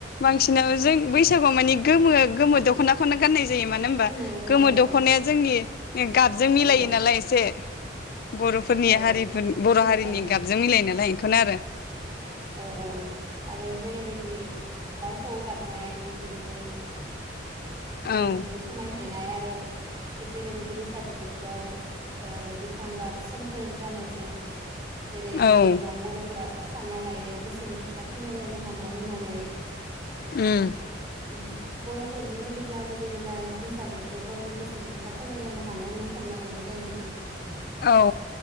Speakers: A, on the left; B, on the right.
A: बांसिनाव जों बैसागुआव मानि गोमो गोमो दख'ना खौनो गाननाय जायो मानो होमबा
B: गोमोनो
A: गोमो
B: औ
A: दख'नाया जोंनि गाबजों मिलायो
B: औ
A: नालाय एसे बर'फोरनि
B: औ
A: हारिफोरनि
B: जेरै
A: बर' हारिनि
B: ओ
A: गाबजों मिलायो नायालाय खौनो आरो
B: औ औ औ आरो जेरैबायदि दाउ खौऔ गाबनाय बेफोरजों
A: औ
B: बेफोरजों समायफ्लायनाय आरो जेरैबायदि बैसागु बोथोराव ओ गोथां गाब सोमखोर जानायजों जेरै
A: औ
B: बेवहाय बर'फोरा सानना लायो गोसोनि खोथा फोरमायलायनो हानाय होननानै
A: उम
B: <inaudible> उम बर' फोरनि बायदिब्ला गोदो गोदाय बैसागु गाव गावनि गोसोनि खोथा फोरमायलायना हानाय होनना सानना लानाय जायोमोन
A: औ